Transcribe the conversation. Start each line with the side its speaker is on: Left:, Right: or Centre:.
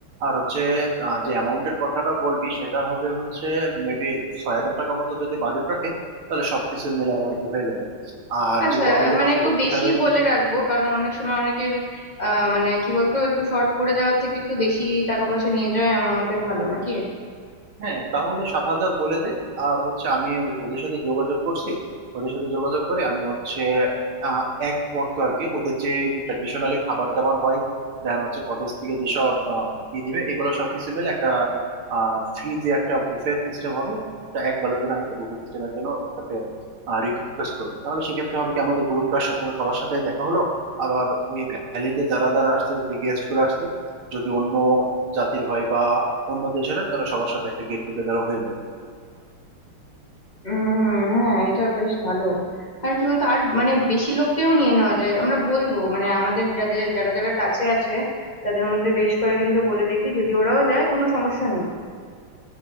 Right: আর হচ্ছে আহ, যে অ্যামাউন্টের কথাটা বলবি সেটা হবে হচ্ছে মেবি ছয় হাজার টাকা মতো যদি বাজেট রাখে তাহলে সবকিছু মিলে আর কি হয়ে যাবে আর
Left: আচ্ছা
Right: যে কটেজের
Left: আহ, মানে
Right: কথা
Left: একটু
Right: বলছো
Left: বেশি
Right: এখানে
Left: বলে রাখবো কারণ অনেক সময় অনেকের আহ মানে কি বলতো একটু শর্ট পড়ে যাওয়ার থেকে একটু বেশি টাকা পয়সা নিয়ে যাওয়াই আমার মতে ভালো নাকি
Right: হ্যাঁ তাহলে সাত হাজার বলে দে আর হচ্ছে আমি ওই- ওদের সাথে যোগাযোগ করছি ওদের সাথে যোগাযোগ করে আমি হচ্ছে আহ, এক ওয়াক্ত আর কি ওদের যে ট্র্যাডিশনালি খাবার দাবার হয় দেন হচ্ছে কটেজ থেকে যেসব আহ, ই দিবে এগুলো সবকিছু মিলে একটা ফ্রি যে একটা বুফে সিস্টেম হবে তা এক বেলার জন্য আমি একটা বুফে সিস্টেমের জন্য ওদের কাছে রিকোয়েস্ট করি তাহলে সেক্ষেত্রে হবে কি আমাদের গ্রুপটার সাথে সবার সাথে দেখা হলো আবার ওই ভ্যালিতে যারা যারা আসছে যে গেস্ট গুলো আসছে যদি অন্য জাতির হয় বা অন্য দেশেরও তাহলে সবার সাথে একটা গেট টুগেদারও হয়ে যাবে
Left: উম হ্যাঁ এটা বেশ ভালো আর কি বলতো আর মানে বেশি লোককেও নিয়ে নেওয়া যায় আমরা বলবো মানে আমাদের যাদের যারা যারা টাচে আছে তাদের মধ্যে বেশ কয়েকজনকে বলে দেখি যদি ওরাও যায় কোনো সমস্যা নেই